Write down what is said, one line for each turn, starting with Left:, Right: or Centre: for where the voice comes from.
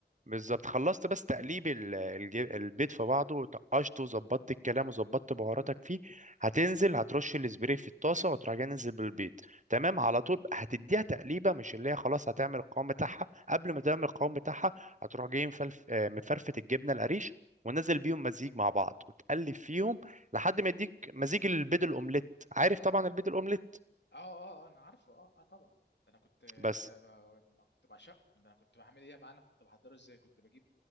Right: بالظبط خلصت بس تقليب ال- الج- البيض في بعضه وطقشته وظبطت الكلام وظبطت بهاراتك فيه هتنزل هترش الاسبري في الطاسه وتروح جاي ننزل بالبيض تمام على طول هتديها تقليبه مش اللي هي خلاص هتعمل القوام بتاعها قبل ما تعمل القوام بتاعها هتروح جاي مفلف آه، مفرفت الجبنه القريش ونزل بيهم مزيج مع بعض وتقلب فيهم لحد ما يديك مزيج البيض الاومليت عارف طبعا البيض الاومليت
Left: اه اه آه، انا عارفه اه اه طبعا ده انا كنت آه،
Right: بس
Left: ب- انا كنت بعشقه ده انا كنت بعمل ايه يا معلم كنت بحضره ازاي كنت بجيب